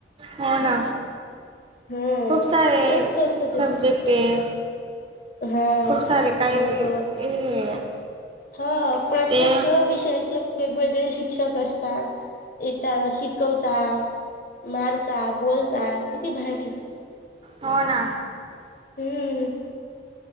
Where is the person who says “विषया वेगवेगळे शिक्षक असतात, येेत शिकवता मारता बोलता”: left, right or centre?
Left